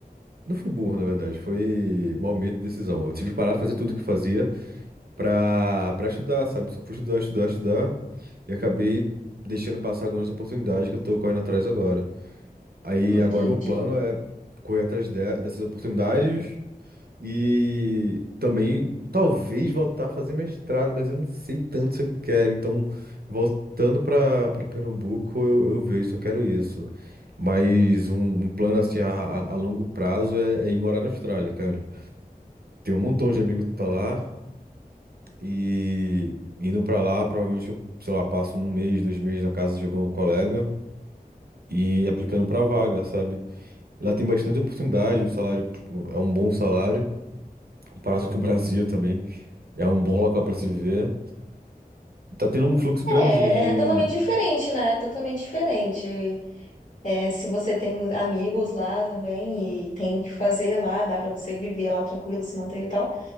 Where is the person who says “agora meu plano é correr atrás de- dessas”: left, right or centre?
Right